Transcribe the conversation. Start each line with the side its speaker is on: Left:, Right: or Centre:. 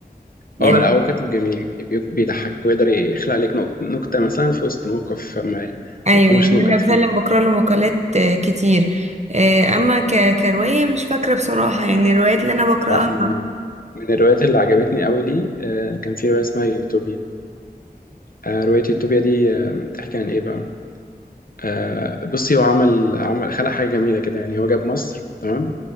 Right: يعني
Left: اه لا هو كاتب جميل يعني، بي- بيضحكك ويقدر يخلق لك نك- نكتة مثلا في وسط موقف ما
Right: ايوه
Left: ما فيهوش
Right: يعني
Left: نكت
Right: انا فعلا
Left: فاهم
Right: بقرا له مقالات آه، كتير آه، اما ك... كرواية مش فاكرة بصراحة يعني الروايات اللي انا بقراها
Left: لا من من الروايات اللي عجبتني قوي لي آه، كان في رواية اسمها يوتوبيا آه، رواية يوتوبيا دي آه، بتحكي عن ايه بقى آه، بصي هو عمل عمل خلق حاجة جميلة كده يعني هو جاب مصر تمام